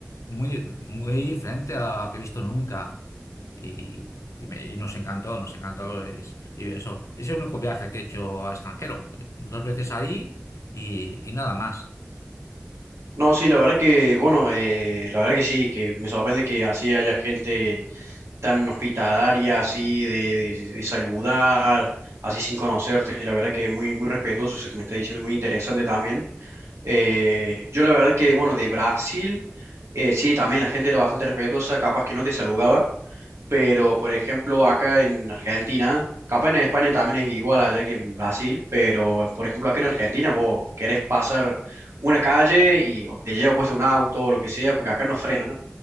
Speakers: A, on the left (about 85°); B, on the right (about 65°).
A: muy, muy diferente a la que he visto nunca. Y, y me- y nos encantó, nos encantó. es- y eso, ese es el único viaje que he hecho a extranjero. eh, Dos veces ahí y y nada más.
B: No, sí, la verdad que, bueno, eh, la verdad que sí, que me sorprende que así haya gente tan hospitalaria, así de, de- de saludar, así sin conocerte. La verdad que muy, muy respetuoso eso que me está diciendo, muy interesante también. Eh, yo la verdad que, bueno, de Brasil, eh, sí, también la gente era bastante respetuosa, capaz que no te saludaba, pero por ejemplo acá en Argentina, capaz en España también es igual allá que en Brasil, pero por ejemplo acá en Argentina vos querés pasar una calle y o te lleva puesto un auto o lo que sea, porque acá no frenan, ¿no?